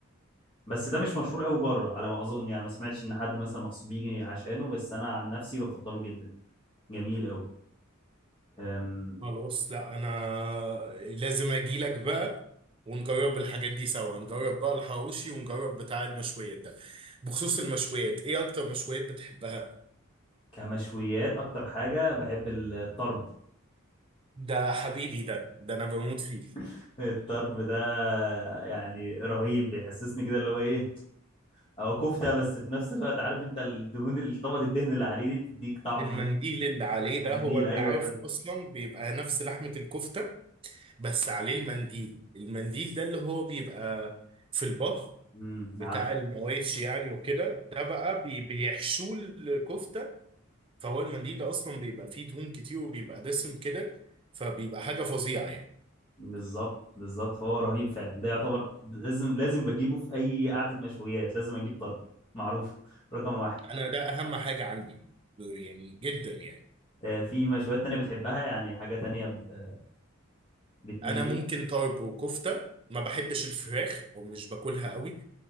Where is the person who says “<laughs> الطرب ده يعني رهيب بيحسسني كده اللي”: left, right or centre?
Left